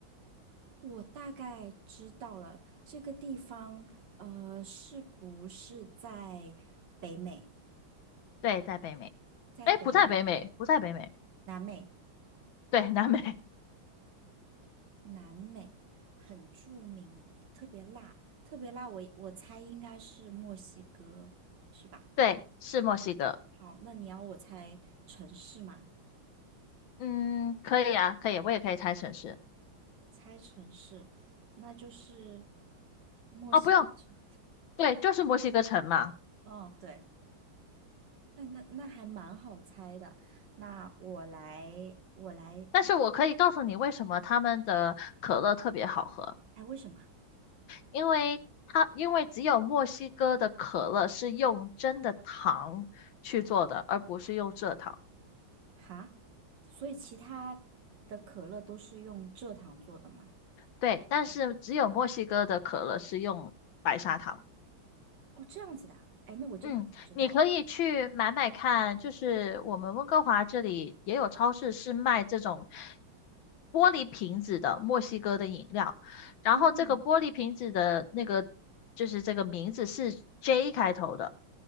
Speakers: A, on the right; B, on the left.
A: 我大概知道了这个地方，呃，是不是在北美，
B: 对，在北美，
A: 在北
B: 哎，不在北美，不在北美，
A: 南美？
B: 对，南美，
A: 南美很著名，特别辣，特别辣我。我猜应该是墨西哥，是吧？
B: <laughs> 对，是墨西哥。
A: 好，那你要我猜城市吗？
B: 嗯，可以啊，可以，我也可以猜城市。
A: 猜城市，那就是墨西哥城。
B: 哦，不用，对，就是墨西哥城嘛。
A: 哦，对，那那那还蛮好猜的。那我来，我来，
B: 但是我可以告诉你为什么他们的可乐特别好喝，
A: 哎，为什么？
B: 因为它因为只有墨西哥的可乐是用真的糖去做的，而不是用蔗糖。
A: 哈，所以其他的可乐都是用蔗糖做的吗？
B: 对，但是只有墨西哥的可乐是用白砂糖。
A: 哦，这样子的啊，哎，那我真的还不知道哎。
B: 嗯，你可以去买买看，就是我们温哥华这里也有超市是卖这种玻璃瓶子的墨西哥的饮料，然后这个玻璃瓶子的那个就是这个名字是
A: 嗯
B: J 开头的。